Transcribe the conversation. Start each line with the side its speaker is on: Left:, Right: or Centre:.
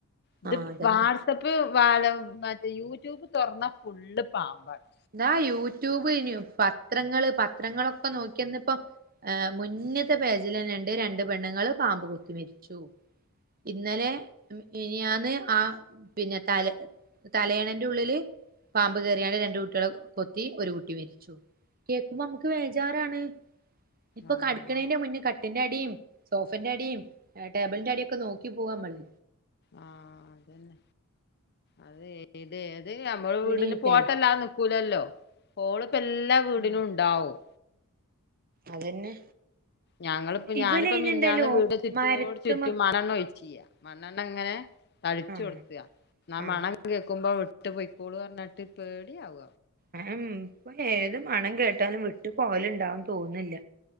Left: ഇത്
Right: ആഹ് അതന്നെ
Left: വാട്സപ്പ് വാലം മറ്റേ യൂട്യൂബ് തുറന്ന ഫുള്ള് പാമ്പാണ്.
Right: ന്താ യൂട്യൂബെയ്നു പത്രങ്ങള് പത്രങ്ങളൊക്കെ നോക്കിന്നപ്പം ഏഹ് മുന്നിൽത്തെ പേജിലെന്നെണ്ട് രണ്ട് പെണ്ണ്ങ്ങള് പാമ്പ് കൊത്തി മരിച്ചു. ഇന്നലെ മ് മിനിയാന്ന് ആഹ് പിന്നെ തല തലയണന്റുള്ളില് പാമ്പ് കയറിങ്ങാണ്ട് രണ്ട് കുട് ട്ടെളെ കൊത്തി ഒരു കുട്ടി മരിച്ചു. കേക്കുമ്പോ അമുക്ക് വേജാറാണ്. ഇപ്പൊ
Left: ആഹ്
Right: കടിക്കണേന്റെ മുന്നേ ക ട്ടിന്റടീം, സോഫന്റടീം, എ ടേബിളിന്റടിയൊക്ക നോക്കി പോവാമ്മള്.
Left: ആഹ് അതന്നെ അത് ഏതേത് നമ്മള്
Right: പേടിയായിട്ടേ
Left: വീടിന് പോട്ടല്ലാനി ക്കൂലല്ലോ. ഹോള്പ്പെല്ലാ വീടിനുണ്ടാവും.
Right: ഉം അതന്നെ.
Left: ഞങ്ങള്പ്പ
Right: ഇവലയ്ന്ണ്ടല്ലോ
Left: ഞാനിപ്പോ മിഞ്ഞാന്ന് വീട് ചുറ്റോട്
Right: മരത്ത്മ്മ
Left: ചുറ്റും മണെണ്ണ ഒയ്ച്ചിയ മണ്ണെണ്ണങ്ങനെ തളിച്ചുഒട്ത്യ
Right: ആഹ്
Left: ആ
Right: ആഹ്
Left: മണം കേക്കുമ്പോ വിട്ട് പെയ്ക്കോളുറഞ്ഞിട്ട് പേടിയാവ.
Right: എഎം പ്പൊ ഏത് മണം കേട്ടാലും വിട്ട് പോവലുണ്ടാവുന്ന് തോന്നില്ല.